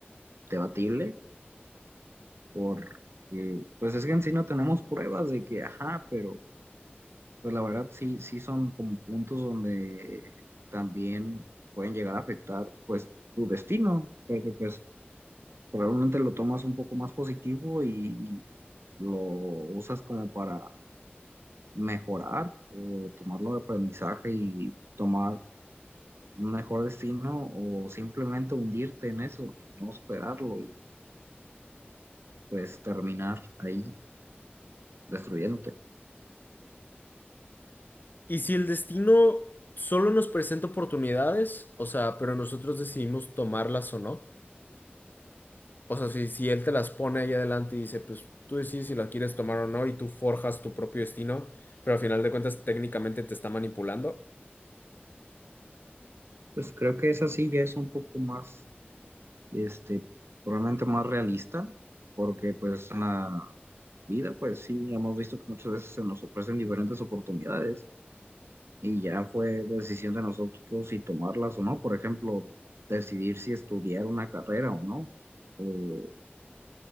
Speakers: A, on the right; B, on the left.
A: debatible porque pues es que en sí no tenemos pruebas de que, ajá, pero Pues la verdad sí, sí son como puntos donde también pueden llegar a afectar pues tu destino, porque pues probablemente lo tomas un poco más positivo y, y lo usas como para mejorar o tomarlo de aprendizaje y tomar un mejor destino o simplemente hundirte en eso y no superarlo y pues terminar ahí destruyéndote.
B: Y si el destino solo nos presenta oportunidades, o sea, pero nosotros decidimos tomarlas o no, O sea, si, si él te las pone ahí adelante y dice, pues tú decides si las quieres tomar o no y tú forjas tu propio destino, pero al final de cuentas técnicamente te está manipulando.
A: Pues creo que esa sí ya es un poco más este, probablemente más realista, porque pues en la vida, pues sí, hemos visto que muchas veces se nos ofrecen diferentes oportunidades y ya fue decisión de nosotros si tomarlas o no, por ejemplo, decidir si estudiar una carrera o no, o